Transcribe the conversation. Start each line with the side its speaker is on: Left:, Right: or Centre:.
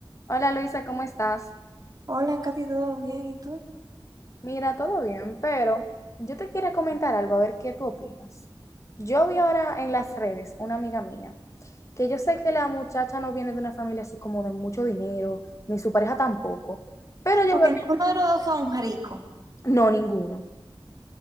Left: Hola Luisa, ¿cómo estás?
Right: Hola, Katy, ¿todo bien? ¿Y tú?
Left: Mira, todo bien, pero yo te quiero comentar algo, a ver qué tú opinas. Yo vi ahora en las redes una amiga mía, que yo sé que la muchacha no viene de una familia así como de mucho dinero, ni su pareja tampoco, pero yo
Right: Ok,
Left: veo
Right: ninguno de los dos son ricos.
Left: que, no, ninguno,